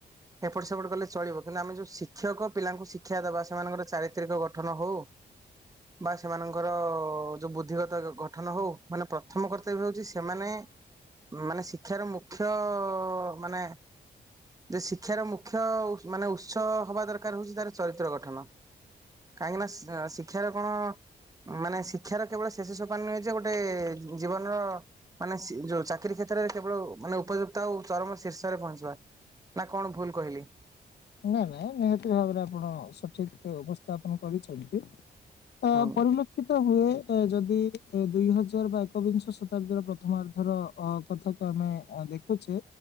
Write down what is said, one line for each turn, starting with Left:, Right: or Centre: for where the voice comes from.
Right: ଏପଟ ସେପଟ କଲେ ଚଳିବ କିନ୍ତୁ ଆମେ ଯୋଉ ଶିକ୍ଷକ ପିଲାଙ୍କୁ ଶିକ୍ଷା ଦବା ସେମାନଙ୍କର ଚାରିତ୍ରିକ ଗଠନ ହଉ। ବା ସେମାନଙ୍କର ଯୋଉ ବୁଦ୍ଧିଗତ ଗଠନ ହଉ ମାନେ ପ୍ରଥମ କର୍ତ୍ତବ୍ୟ ହଉଛି ସେମାନେ ମାନେ ଶିକ୍ଷାର ମୁଖ୍ୟ ମାନେ ଯେ ଶିକ୍ଷାର ମୁଖ୍ୟ ମାନେ ଉତ୍ସ ହବା ଦରକାର ହଉଛି ତାର ଚରିତ୍ର ଗଠନ କାହିଁକି ନା ଶିକ୍ଷାର କଣ ମାନେ ଶିକ୍ଷାର କେବଳ ଶେଷ ସୋପାନ ନୁହେଁ ଯେ ଗୋଟେ ଜୀବନର ମାନେ ଯୋଉ ଚାକିରୀ କ୍ଷେତ୍ରରେ କେବଳ ମାନେ ଉପଯୁକ୍ତ ଆଉ ଚରମ ଶୀର୍ଷରେ ପହଞ୍ଚିବା ନା କଣ ଭୁଲ କହିଲି।
Left: ନାଇଁ ନାଇଁ ନିହାତି ଭାବରେ ଆପଣ ସଠିକ ଉପସ୍ଥାପନ କରିଛନ୍ତି। ଅ
Right: ହୁଁ
Left: ପରିଲକ୍ଷିତ ହୁଏ ଯଦି ଦୁଇ ହଜାର ବା ଏକବିଂଶ ଶତାବ୍ଦୀର ପ୍ରଥମାର୍ଦ୍ଧର କଥାକୁ ଆମେ ଦେଖୁଛେ